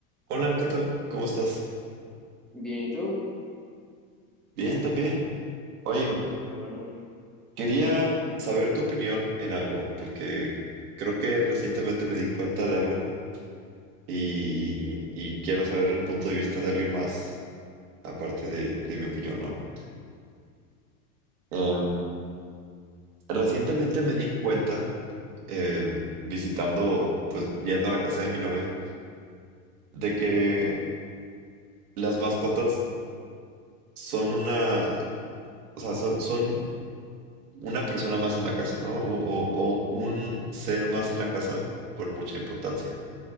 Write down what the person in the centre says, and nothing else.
Bien, ¿y tú?
Qué bueno, qué bueno.